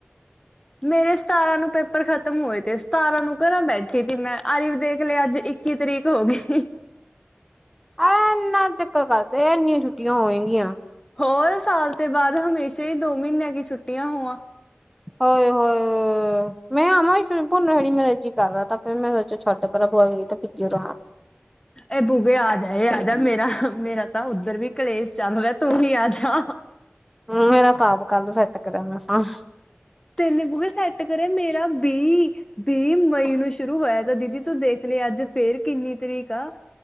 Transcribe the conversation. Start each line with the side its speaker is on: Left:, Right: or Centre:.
Left: ਮੇਰੇ ਸਤਾਰਾਂ ਨੂੰ ਪੇਪਰ ਖਤਮ ਹੋਏ ਤੇ ਸਤਾਰਾਂ ਨੂੰ ਘਰਾਂ ਬੈਠੀ ਸੀ ਮੈਂ ਅਰੀਫ਼ ਦੇਖ ਲ ਅੱਜ ਇੱਕੀ ਤਰੀਕ ਹੋ ਗਈ
Centre: ਆ ਇਨਾ ਚੱਕਰ ਕਰਦੇ ਇੰਨੀਆਂ ਛੁੱਟੀਆਂ ਹੋਏਗੀਆਂ
Left: ਹੋਰ ਸਾਲ ਤੋਂ ਬਾਅਦ ਹਮੇਸ਼ਾ ਹੀ ਦੋ ਮਹੀਨਿਆਂ ਕੀ ਛੁੱਟੀਆਂ ਹੋਵਾਂ
Centre: ਹੋ ਹੋ ਮੈਂ ਆਵਾਂ ਭੁੰਨ ਹੜੀ ਮੇਰੇ ਜੀ ਕਰ ਤਾਂ ਫੇਿਰ ਮੈਂ ਸੋਚੋ ਛੋਡੇ ਭਰਾ ਬੂਆ ਤਾਂ ਬੀਜੀਣਾ <inaudible>
Left: ਇਹ ਬੂਗੇ ਆ ਜਾਏ ਆ ਜਾ ਮੇਰਾ ਮੇਰਾ ਤਾਂ ਉੱਧਰ ਵੀ ਕਲੇਸ਼ ਚੱਲ ਰਿਹਾ ਤੂੰ ਵੀ ਆ ਜਾ
Centre: ਹਮ ਮੇਰਾ ਆਪ ਆਪ ਕੱਲ ਸੈੱਟ ਕਰ ਮੈਂ ਸ
Left: ਤੇ ਨੇ ਬਗ ਸ ਕਰੇ ਮੇਰਾ ਵੀਹ ਵੀਹ ਮਈ ਨੂੰ ਸ਼ੁਰੂ ਹੋਇਆ ਤਾਂ ਦੀਦੀ ਤੂੰ ਦੇਖ ਲ ਅੱਜ ਫੇਰ ਕਿੰਨੀ ਤਰੀਕ ਆ